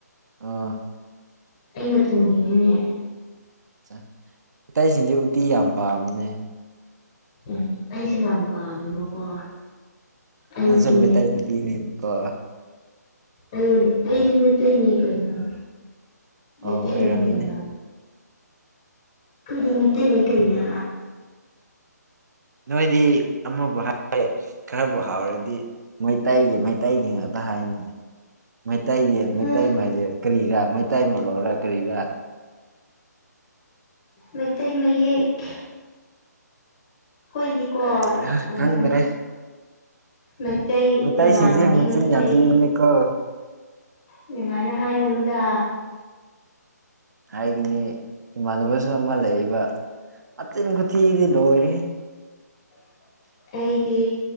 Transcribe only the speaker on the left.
ꯑꯩꯅ ꯊꯣꯡꯉꯤꯅꯤꯅꯦ
ꯎꯝ ꯑꯩꯁꯨ ꯌꯥꯝ ꯄꯥꯝꯃꯦꯕꯀꯣ ꯑꯩꯗꯤ
ꯑꯩ ꯑꯩꯁꯨ ꯃꯤꯇꯩꯅꯤ ꯀꯩꯅꯣ ꯃꯩꯇꯩꯅꯤ
ꯀꯩꯅꯣ ꯈꯣꯏꯗꯤ ꯃꯤꯇꯩꯅꯤ ꯀꯩꯅꯣ
ꯎꯝ
ꯃꯩꯇꯩ ꯃꯌꯦꯛ ꯍꯣꯏꯗꯤꯀꯣ
ꯎꯝ
ꯃꯩꯇꯩ
ꯏꯃꯥꯟꯅꯕꯤ
ꯃꯩꯇꯩ
ꯑꯗꯨꯃꯥꯏꯅ ꯍꯥꯏꯒꯅꯨꯗ
<unintelligible> ꯑꯩꯗꯤ